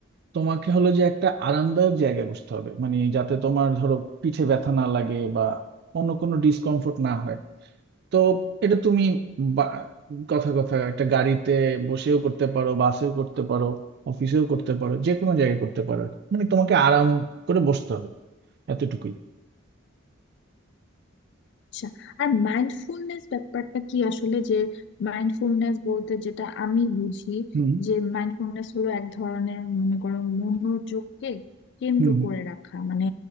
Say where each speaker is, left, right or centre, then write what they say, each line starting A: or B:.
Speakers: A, on the right (about 55°); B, on the left (about 60°).
A: তোমাকে হলো যে একটা আরামদায়ক জায়গায় বসতে হবে মানে যাতে তোমার ধরো পিঠে ব্যথা না লাগে বা অন্য কোনো ডিসকমফোর্ট না হয় তো এটা তুমি বা- কথা কথা একটা গাড়িতে বসেও করতে পারো বাসেও করতে পারো অফিসেও করতে পারো যে কোনো জায়গায় করতে পারো মানে তোমাকে আরাম করে বসতে হবে এতটুকুই
B: আচ্ছা আর মাইন্ডফুলনেস ব্যাপারটা কি আসলে যে মাইন্ডফুলনেস বলতে যেটা আমি বুঝি
A: হুম
B: যে মাইন্ডফুলনেস হলো এক ধরনের মনে করো মনোযোগকে কেন্দ্র
A: হুম হুম।
B: করে রাখা মানে